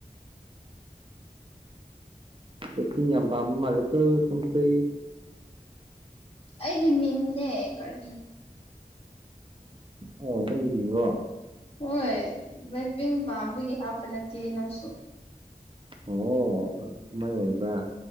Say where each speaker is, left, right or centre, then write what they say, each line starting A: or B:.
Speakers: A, on the right (about 35°); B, on the left (about 40°).
A: <unintelligible> ꯃꯥꯂꯦꯀꯣ ꯁꯣꯝꯁꯦ
B: ꯑꯩꯒꯤ ꯃꯤꯡꯅꯦ ꯀꯔꯤ
A: ꯑꯣ ꯅꯪꯒꯤ ꯃꯤꯡꯔꯣ
B: ꯍꯣꯏ <unintelligible> ꯄꯥꯝꯕꯒꯤ ꯍꯥꯞꯄ ꯅꯠꯇꯦ ꯅꯪꯁꯨ
A: ꯑꯣ ꯁꯨꯃꯥꯏ ꯑꯣꯏꯕ꯭ꯔꯥ